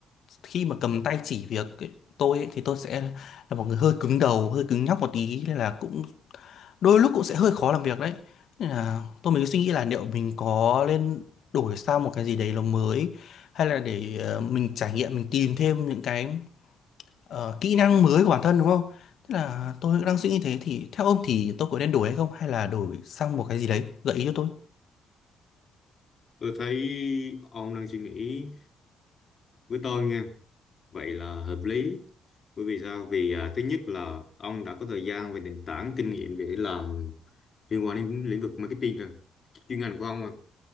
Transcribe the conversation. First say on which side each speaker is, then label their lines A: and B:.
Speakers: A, on the left; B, on the left.
A: khi mà cầm tay chỉ việc ấy, tôi ấy, thì tôi sẽ là một người hơi cứng đầu hơi cứng nhắc một tí nên là cũng đôi lúc cũng sẽ hơi khó làm việc đấy nên là tôi mới suy nghĩ là liệu mình có nên đổi sang một cái gì đấy nó mới hay là để ờ, mình trải nghiệm mình tìm thêm những cái ờ, kỹ năng mới của bản thân đúng không? Tức là tôi đang suy nghĩ thế thì theo ông thì tôi có nên đổi hay không hay là đổi sang một cái gì đấy gợi ý cho tôi.
B: tôi thấy ông đang suy nghĩ với tôi nghe Vậy là hợp lý. Bởi vì sao? Vì à, thứ nhất là ông đã có thời gian và nền tảng kinh nghiệm để làm liên quan đến lĩnh vực marketing rồi. Chuyên ngành của ông mà.